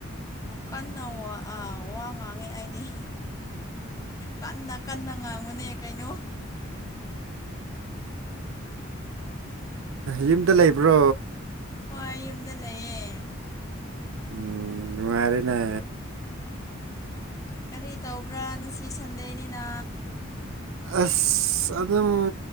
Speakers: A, on the left; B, on the right.
A: ꯀꯟꯅ ꯋꯥ ꯉꯥꯡꯉꯦ ꯑꯩꯗꯤ ꯀꯟꯅ ꯀꯟꯅ ꯉꯥꯡꯕꯅꯦ ꯀꯩꯅꯣ
B: ꯌꯨꯝꯗ ꯂꯩꯕ꯭ꯔꯣ
A: ꯍꯣꯏ ꯌꯨꯝꯗ ꯂꯩꯌꯦ
B: ꯎꯝ ꯅꯨꯡꯉꯔꯤꯅꯦ
A: ꯀꯔꯤ ꯇꯧꯕ꯭ꯔꯥ ꯉꯁꯤ ꯁꯟꯗꯦꯅꯤꯅ
B: ꯑꯁ ꯑꯁ ꯑꯗꯨꯝ